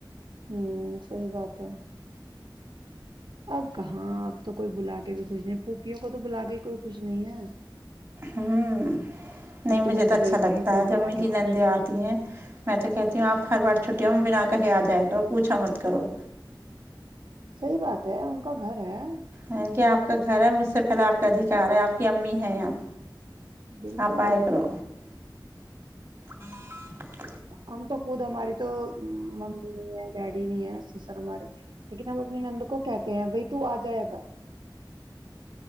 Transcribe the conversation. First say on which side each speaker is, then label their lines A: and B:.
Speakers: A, on the right; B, on the right.
A: ہوں سحی بات ہے اب کہاں اب تو کوئی بلا کے بھی <inaudible> کو تو بلا کے کوئی کچھ نہیں ہے
B: ہوں نہیں
A: اب
B: مجھے
A: بس
B: تو اچھا
A: بیٹیوں
B: لگتا
A: کو ہی
B: ہے
A: بلا
B: جب میری
A: کے
B: نندے
A: خوش ہے
B: آتی ہیں میں تو کہتی ہوں آپ ہر بار چھٹی ہوں میں بنا کہیں آ جائے کرو پوچھا مت کرو
A: صحیح بات ہے ان کا گھر ہے
B: ا کیاپ کے گھر ہے مجھ سے پہل آپ کا ادھیکار ہے آپ کی امی ہے یہاں
A: بالکل
B: آپائ
A: بالکل
B: کرڑو <unintelligible>
A: ہم تو خود ہماری تو ممی نہیں ہے ڈیڈی نہیں ہے سسر ہمارے لیکن ہم اپنی نند کو کہتے ہیں بھائی تو آ جائے ک